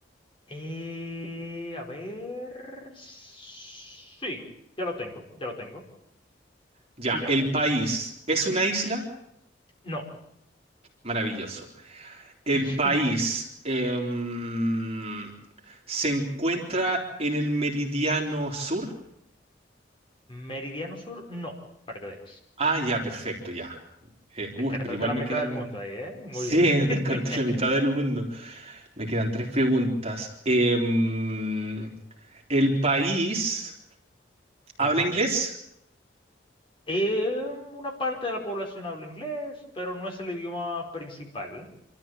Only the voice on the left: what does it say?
Eh, a ver. Sí, ya lo tengo, ya lo tengo.
Tírame.
No.
<laughs>
Meridiano Sur, no, para que veas.
Descartaste
la
mitad
del mundo
ahí, ¿eh? Muy
bien.
<laughs>
Ujú.
Eh, una parte de la población habla inglés, pero no es el idioma principal,